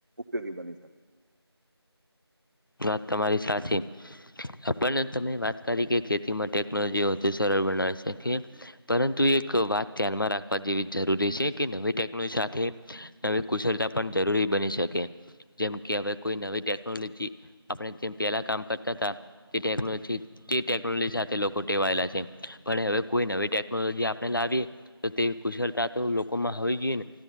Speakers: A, on the right; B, on the left.
A: ઉપયોગી બની શકે.
B: વાત તમારી સાચી. આપ તમે વાત કરી કે ખેતીમાં ટેકનોલોજી વધુ સરળ બનાવે છે કે. પરંતુ એક વાત ધ્યાનમાં રાખવા જેવી જરૂરી છે કે નવી ટેકનોલોજી સાથે. નવી કુશળતા પણ જરૂરી બની શકે જેમ કે હવે કોઈ નવી ટેકનોલોજી. આપણે જેમ પહેલા કામ કરતા હતા તે ટેકનોલોજી. તે ટેકનોલોજી સાથે લોકો ટેવાયેલા છે પણ હવે કોઈ નવી ટેકનોલોજી આપણે લાવીએ. તો તેવી કુશળતા તો લોકોમાં હોવી જોઈએ ને.